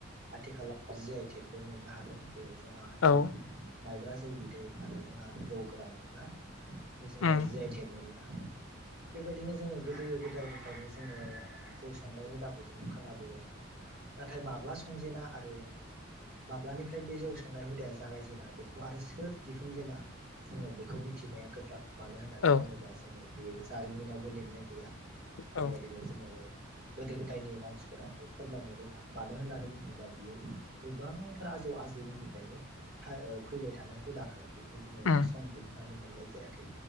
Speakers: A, on the right; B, on the left.
A: आथिखालाव जि आइ टेकबो मोननो हादों जे जोंहा
B: औ
A: जौ माइब्रा जौ बिदै आरो जोंहा जौ गोरान ना बेखौ जोङो
B: उम
A: जि आइ टेक मोनो हादों। बेबायदिनो जोङो गोदो गोदायनिफ्रायनो जोङो जौ संनाय हुदाखौ जों खोनाबोबाय थादों। नाथाय माब्ला संजेना आरो माब्लानिफ्राय बे जौ संनाय हुदाया जागायजेना बेखौ आरो सोर दिहुनजेना जोङो बेखौ मिथिनाया गोब्राब मानो होननानै
B: औ
A: बुङोबा जोङो बेयो जारिमिनावबो लिरनाय गैया। बेबायदिनो
B: औ
A: जोङो गोदो गोदायनि मानसिफोराबो फोरमायनो रोङा मानो होननानै बुङोबा बियो गोबांथार आजौ आजैमोननिफ्रायनो थायओ फैबाय थानाय हुदाखाय बेखौ जों
B: उम
A: जों दिहुननानै मोननाय जायाखै